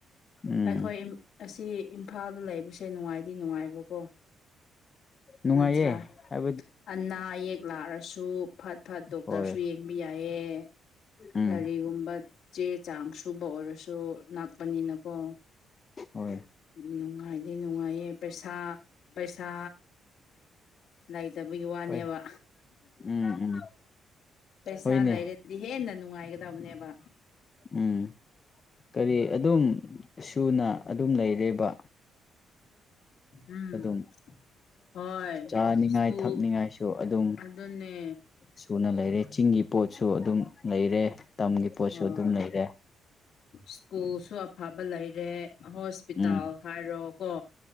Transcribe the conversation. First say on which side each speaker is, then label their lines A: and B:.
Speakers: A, on the left; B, on the left.
A: ꯎꯝ
B: ꯑꯩꯈꯣꯏ ꯑꯁꯤ ꯏꯝꯐꯥꯜꯗ ꯂꯩꯕꯁꯦ ꯅꯨꯡꯉꯥꯏꯗꯤ ꯅꯨꯡꯉꯥꯏꯕꯀꯣ
A: ꯅꯨꯡꯉꯥꯏꯌꯦ
B: ꯅꯠꯇ꯭ꯔꯥ
A: ꯍꯥꯏ
B: ꯑꯅꯥ ꯑꯌꯦꯛ ꯂꯥꯛꯔꯁꯨ ꯐꯠ ꯐꯠ ꯗꯣꯛꯇꯔꯁꯨ
A: ꯍꯣꯏ
B: ꯌꯦꯡꯕ ꯌꯥꯏꯌꯦ
A: ꯎꯝ
B: ꯀꯔꯤꯒꯨꯝꯕ ꯆꯦ ꯆꯥꯡ ꯁꯨꯕ ꯑꯣꯏꯔꯁꯨ ꯁꯨ ꯅꯛꯄꯅꯤꯅꯀꯣ
A: ꯍꯣꯏ
B: ꯅꯨꯡꯉꯥꯏꯗꯦ ꯅꯨꯡꯉꯥꯏꯌꯦ ꯄꯩꯁꯥ ꯄꯩꯁꯥ ꯂꯥꯏ ꯐꯠꯇꯕꯒꯤ ꯋꯥꯅꯦꯕ
A: ꯍꯣꯏ ꯎꯝ ꯎꯝ
B: ꯄꯩꯁꯥ
A: ꯍꯣꯏꯅꯦ
B: ꯂꯩꯔꯗꯤ ꯍꯦꯟꯅ ꯅꯨꯡꯉꯥꯏꯒꯗꯕꯅꯦꯕ
A: ꯎꯝ ꯀꯔꯤ ꯑꯗꯨꯝ ꯁꯨꯅ ꯑꯗꯨꯝ ꯂꯩꯔꯦꯕ
B: ꯎꯝ
A: ꯑꯗꯨꯝ
B: ꯍꯣꯏ
A: ꯆꯥꯅꯤꯡꯉꯥꯏ
B: ꯁ꯭ꯀꯨꯜ
A: ꯊꯛꯅꯤꯡꯉꯥꯏꯁꯨ ꯑꯗꯨꯝ
B: ꯑꯗꯨꯅꯦ
A: ꯁꯨꯅ ꯂꯩꯔꯦ ꯆꯤꯡꯒꯤ ꯄꯣꯠꯁꯨ ꯑꯗꯨꯝ ꯂꯩꯔꯦ ꯇꯝꯒꯤ ꯄꯣꯠꯁꯨ
B: ꯍꯣꯏ
A: ꯑꯗꯨꯝ ꯂꯩꯔꯦ
B: ꯁ꯭ꯀꯨꯜꯁꯨ ꯑꯐꯕ ꯂꯩꯔꯦ ꯍꯣꯁꯄꯤꯇꯥꯜ
A: ꯎꯝ
B: ꯍꯥꯏꯔꯣ ꯀꯣ